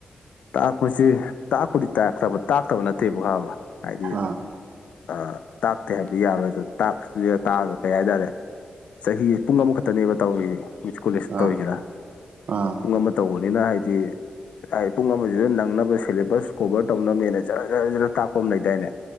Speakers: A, on the left; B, on the right.
A: ꯇꯥꯛꯄꯁꯦ ꯇꯥꯛꯄꯗꯤꯕ ꯇꯥꯛꯇꯕ ꯅꯠꯇꯦꯕꯥꯕ ꯍꯥꯏꯗꯤ
B: ꯎꯝ
A: ꯑ ꯇꯥꯛꯇꯦ ꯍꯥꯏꯕꯗꯤ ꯌꯥꯔꯣꯏ ꯑꯗꯨ ꯇꯥꯛꯁꯤꯗ ꯇꯥꯛꯑꯒ ꯀꯩ ꯍꯥꯏꯇꯥꯔꯦ ꯆꯍꯤ ꯄꯨꯡ ꯑꯃꯈꯛꯇꯅꯦꯕ ꯇꯧꯔꯤꯌꯦ ꯃꯌꯨꯖꯤꯛ ꯀꯣꯂꯦꯖꯇ
B: ꯎꯝ
A: ꯇꯧꯔꯤꯁꯤꯅ
B: ꯎꯝ
A: ꯄꯨꯡ ꯑꯃ ꯇꯧꯕꯅꯤꯅ ꯍꯥꯏꯗꯤ ꯄꯨꯡ ꯑꯃꯁꯤꯗ ꯅꯪꯅꯕ ꯁꯤꯦꯂꯦꯕꯁ ꯀꯣꯕꯔ ꯇꯧꯅꯕꯅꯦꯅ ꯖꯔ ꯖꯔ ꯖꯔ ꯇꯥꯛꯄ ꯑꯃ ꯂꯩꯗꯥꯏꯅꯦ